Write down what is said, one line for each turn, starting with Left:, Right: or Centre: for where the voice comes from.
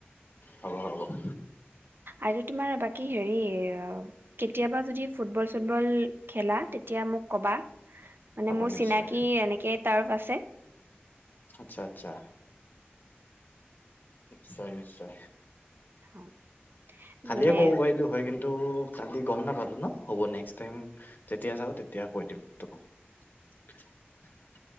Left: হ'ব হ'ব
Right: আজি তোমাৰ বাকী হেৰি কেতিয়াবা যদি ফুটবল চুটবল খেলা তেতিয়া মোক মোক কবা, মানে
Left: হ'ব
Right: মোৰ
Left: নিশ্চয়
Right: চিনাকি এনেকে তাত আছে।
Left: আচ্ছা আচ্ছা। নিশ্চয় নিশ্চয়।
Right: <inaudible>
Left: কালিয়ে
Right: মানে
Left: ক'ব পাৰিলোঁ হয় কিন্তু গম নাপালো ন হ'ব নেক্সট টাইম যেতিয়া যাওঁ তেতিয়া কৈ দিম তোমাক। <inaudible>